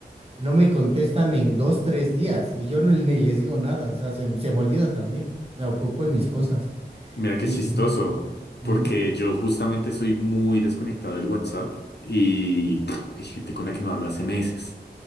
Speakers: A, on the right; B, on the left.
A: y no me contestan en dos, tres días y yo no- ni les digo nada. O sea, se, se me olvida también. Me ocupo en mis cosas.
B: Mira qué
A: Y.
B: chistoso,
A: ujú,
B: porque yo justamente soy muy desconectado del WhatsApp y pff, hay gente con la que no hablo hace meses.